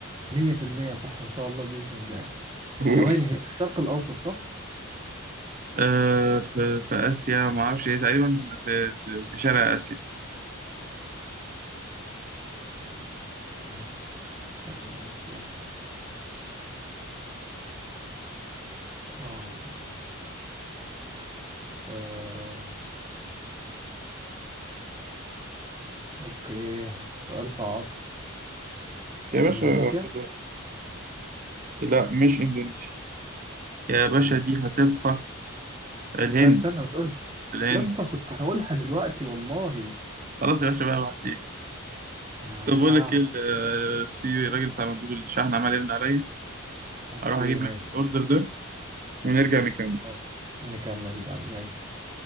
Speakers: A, on the right; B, on the right.
A: مية في المية صح إن شاء الله بإذن الله
B: قول
A: ثواني هي في الشرق الأوسط صح؟
B: آه في في آسيا ما أعرفش إيه تقريبا في في في شرق آسيا
A: آه، شرق آسيا آه. آه. أوكي سؤال صعب
B: يا
A: إندونيسيا؟
B: باشا خد واحد لا مش إندونيسيا يا
A: مش في
B: باشا
A: إندونيسيا
B: دي هتبقى الهند
A: لا استنى ما تقولش
B: الهند
A: يسا كنت هقولها دلوقتي والله
B: خلاص يا باشا بقى بعد ايه
A: آه
B: طب بقول لك ايه ال- آه، في راجل بتاع مندوب الشحن عمال يرن عليا
A: أوكي
B: اروح اجيب
A: ماشي
B: منه الاوردر ده ونرجع نكمل
A: ماشي نكمل بعد ماشي